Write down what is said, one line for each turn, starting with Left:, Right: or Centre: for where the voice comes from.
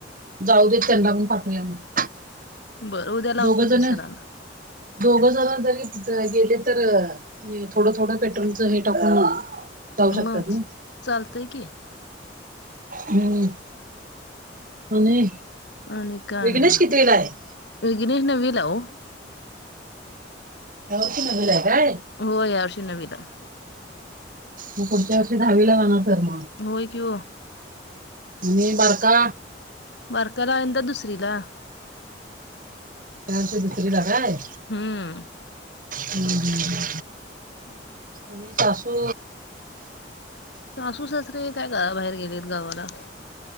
Right: जाऊ देेत त्यांडा पण पाठवया मग
Left: बरं उद्या लावतो
Right: दोघ जण
Left: त्या सरांना
Right: दोघ जण जरी गेले तर थोडं थोडं पेट्रोलचं हे टाकून जाऊ शकतात
Left: म
Right: ना
Left: चालतंय की
Right: हम्म आणि
Left: आणि काय
Right: वघ्नेश
Left: नाही बघा
Right: कितीविला आहे
Left: विघ्नेश नववीला ओ
Right: अ कि मला आहे काय
Left: हो यावर्षी नवित आहे
Right: मग पुढच्या वर्षी दहावीला राहणार तर मग
Left: हो कू
Right: आणि बारका
Left: बारका आहेंदा दुसरी ला
Right: चारश दु तरी लाकाा आहे
Left: हम्म
Right: हम ह
Left: हम्म
Right: आणि ासू
Left: सासू सासरे काय का बाहेर गेलेत गावाला?